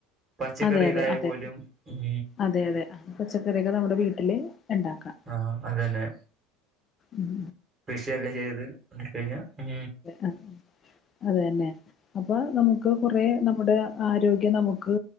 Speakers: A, on the right (about 25°); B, on the left (about 35°).
A: പച്ചക്കറി
B: അതെ അതെ
A: ഇതായാ
B: അതെ
A: പോലും ഉം
B: അതെ അതെ പച്ചക്റിക്കൾ നമ്മുടെ വീട്ടില് ഉണ്ടാക്കാം
A: ആഹ് അതന്നെ
B: ഉം
A: കൃഷിയെല്ലാം ചെയ്ത് കഴിഞ്ഞൽ ഉ
B: ആഹ് അത് തന്നെ അപ്പൊ നമുക്ക് കുറ നമ്മുടെ ആരോഗ്യം നമുക്ക്